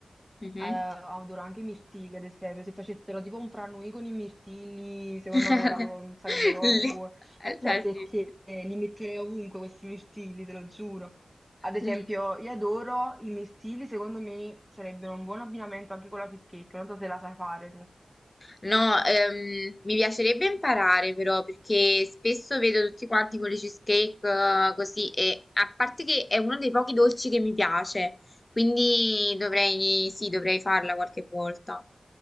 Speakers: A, on the left; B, in the centre.
A: Mhm.
B: eh, adoro anche i mirtilli, ad esempio, se facessero tipo un franui con i mirtilli, secondo
A: <laughs>
B: me era po- sarebbe proprio
A: Le-
B: buono.
A: allora,
B: Non so perché
A: sì.
B: li metterei ovunque questi mirtilli, te lo giuro. Ad esempio,
A: Mm.
B: io adoro i mirtilli, secondo me sarebbero un buon abbinamento anche con la cheesecake, non so se la sai fare tu.
A: No, ehm, mi piacerebbe imparare però perché spesso vedo tutti quanti con le cheesecake eh, così e a parte che è uno dei pochi dolci che mi piace, quindi dovrei, sì, dovrei farla qualche volta.